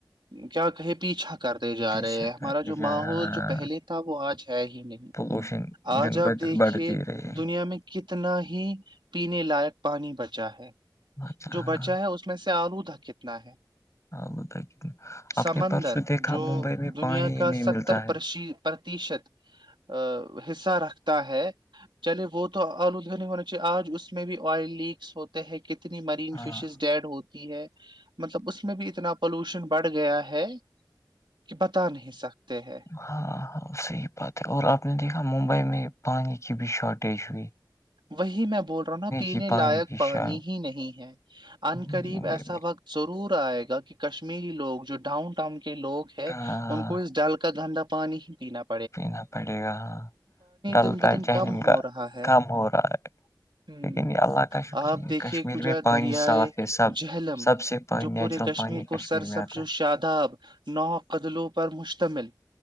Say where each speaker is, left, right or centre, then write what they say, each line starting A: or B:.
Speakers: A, on the right; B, on the left.
A: کیا کہے پیچھا کرتے جا
B: پیچھا
A: رہے ہیں ہمارا
B: کرتے
A: جو
B: جا
A: ماحول
B: رہا،
A: جو پہلے تھا وہ آج ہے ہی نہیں
B: پولوشن
A: آج
B: دن
A: آپ
B: ب
A: دیکھیے
B: دن بڑھتی رہی ہے
A: دنیا میں کتنا ہی پینے لائق پانی بچا ہے
B: اچھا
A: جو
B: ہاں
A: بچا ہے اس اس میں سے آلودہ کتنا ہے
B: آلودہ کتنا آپ
A: سمندر
B: نے پرسوں دیکھا
A: جو
B: ممبئی میں
A: دنیا
B: پانی ہی
A: کا
B: نہیں
A: ستر
B: ملتا ہے
A: پرسی پرتیشت ا حصہ رکھتا ہے چلے وہ تو آلودہونی ہونا چاہیے آج اس میں بھی آئل لیکس ہوتے ہیں کتنے اتنی مرین
B: ہاں
A: فشیز ڈیڈ ہوتی ہے مطلب اس میں بھی اتنا پولوشن بڑھ گیا ہے کہ بتا نہیں سکتے ہیں
B: ہاں ہاں صحیح بات ہے اور آپ نے دیکھا ممبئی میں پانی کی بھی شارٹیج ہوئی
A: وہی میں بول رہا ہوں ن پینے
B: کی
A: لائق
B: کی
A: پانی
B: شا
A: ہی نہیں ہے ان
B: ممبئی
A: قریب ایسا
B: میں
A: وقت ضرور آئے گا کہ کشمیری لوگ جو ڈاؤن ٹاؤن کے لوگ ہے
B: ہاں
A: ان کو اس ڈال کا گھندا پانی ہی پینا پ
B: پینا پڑے گا ہاں ڈلتا
A: دن بدن
B: ہے جہلیم
A: کم
B: کا
A: ہو رہا ہے
B: کام ہو رہا ہے
A: ہوں
B: لیکن یہ اللہ کا شکریہ
A: آپ دیکھیے
B: کشمیر
A: کجا
B: میں پانی
A: دریائے
B: صاف ہے سب
A: جہلم
B: سب سے
A: جو
B: نیچرل
A: پورے
B: پانی
A: کو
B: کشمیر
A: سرسبز
B: میں آتا
A: و
B: ہے
A: شاداب نو قدلوں پر مشتمل